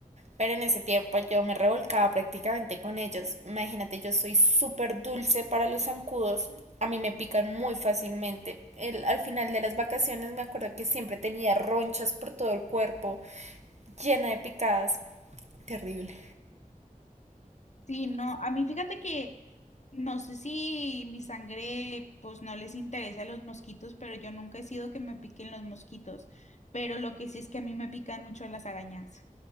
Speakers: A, on the right (about 50°); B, on the left (about 55°).
A: Pero en ese tiempo yo me revolcaba prácticamente con ellos. Imagínate, yo soy súper dulce para los zancudos. A mí me pican muy fácilmente. El- al final de las vacaciones me acuerdo que siempre tenía ronchas por todo el cuerpo, llena de picadas. Terrible.
B: Sí, no, a mí fíjate que no sé si mi sangre pues no les interesa a los mosquitos, pero yo nunca he sido que me piquen los mosquitos, pero lo que sí es que a mí me pican mucho las arañas.